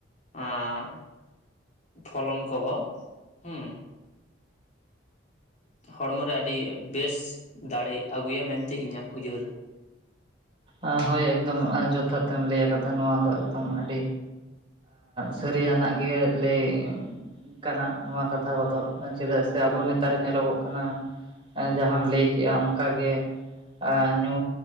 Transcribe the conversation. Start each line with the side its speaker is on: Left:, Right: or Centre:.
Left: ᱟᱜ ᱯᱷᱚᱞᱚᱱ ᱠᱚ ᱦᱮᱸ᱾ ᱦᱚᱲᱢᱚᱮ ᱟᱹᱰᱤ ᱵᱮᱥ ᱫᱟᱲᱮ ᱟᱹᱜᱩᱭᱟ ᱢᱮᱱᱛᱮ ᱤᱧᱟᱹᱜ ᱩᱭᱦᱟᱹᱨ
Right: ᱟ ᱦᱳᱭ ᱮᱠᱫᱚᱢ ᱡᱚᱛᱷᱟᱛ ᱛᱮᱢ ᱞᱟᱹᱭ ᱟᱠᱟᱫᱟ ᱱᱚᱣᱟ ᱫᱚ ᱮᱠᱫᱚᱢ ᱟᱹᱰᱤ ᱥᱟᱹᱨᱤᱭᱟᱱᱟᱜ ᱜᱮᱞᱟᱹᱭ ᱠᱟᱱᱟ ᱱᱚᱣᱟ ᱠᱟᱛᱷᱟ ᱠᱚᱫᱚ ᱪᱮᱫᱟᱜ ᱥᱮ ᱟᱵᱚ ᱱᱮᱛᱟᱨ ᱧᱮᱞᱚᱜᱚᱜ ᱠᱟᱱᱟ᱾ ᱡᱟᱦᱟᱸᱢ ᱞᱟᱹᱭ ᱠᱮᱫᱮᱜᱼᱟ ᱚᱱᱠᱟᱟᱜ ᱜᱮ ᱧᱩ